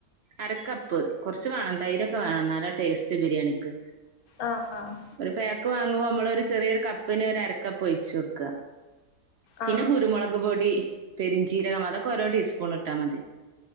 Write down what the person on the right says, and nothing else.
അരക്കപ്പ് കൊർച്ച് മാണം തൈരൊക്കെ വാണം ന്നല്ലേ ടേസ്റ്റ് ബിരിയാണിക്ക്.
ഒരു പാക്ക് വാങ്ങുമ്പോ നമ്മളൊരു ചെറിയൊര് കപ്പിന് ഒര് അരക്കപ്പ് ഒയിച്ചൊട്ക്ക. പിന്നെ
കുരുമുളക് പൊടി, പെരിഞ്ചീരകം അതൊക്കെ ഓരോ ടീസ്പൂണ് ട്ടാ മതി.